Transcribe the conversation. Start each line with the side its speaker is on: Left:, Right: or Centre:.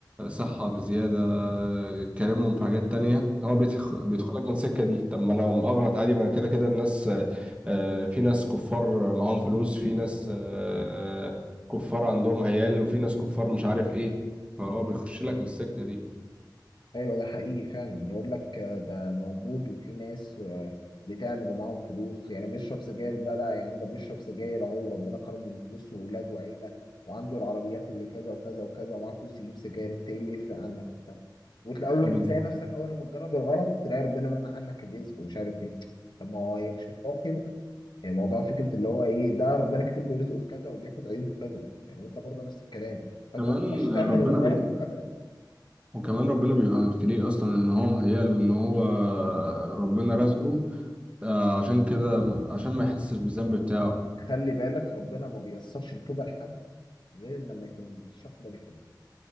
Right: صحة بزيادة آه، كارمهم في حاجات تانية هو بيدخ- بيدخلك من السكة دي طب ما أنا أغلط عادي ما أنا كده كده الناس آه، آه، في ناس كفار معاهم فلوس في ناس آه، كفار عندهم عيال وفي ناس كفار مش عارف إيه فهو بيخش لك من السكة دي
Left: ايوه ده حقيقي فعلا يقول لك آه، ده موجود وفي ناس آه، بتعمل ومعاهم فلوس يعني بيشرب سجاير ده لا يا عم ده بيشرب سجاير اهو ربنا كرمه بفلوس وولاد وعيله وعنده العربيات اللي كذا وكذا وكذا ومعاه فلوس يجيب سجاير انت ايه اللي يفرق عنك وبتاع وتلاقول
Right: بز-
Left: <laughs> تلاقي نفسك اول ما تجرب الغلط تلاقي ربنا منع عنك الرزق ومش عارف ايه طب ما هو إيه، مش موضوع كده يعني موضوع فكره اللي هو ايه ده ربنا كاتب له رزقه في كذا وبياخد عيوبه في كذا يعني انت برضه نفس الكلام فانت
Right: كمان
Left: مش تعمل
Right: ربنا
Left: الغلط
Right: بيبقى
Left: متبرع
Right: وكمان ربنا بيبقى مبتليه اصلا ان هو مهيأ له ان هو ربنا رزقه آه عشان كده عشان ما يحسش بالذنب بتاعه
Left: خلي بالك ربنا ما بيسرش التوبه لحد غير لما يكون الشخص ده بيحبه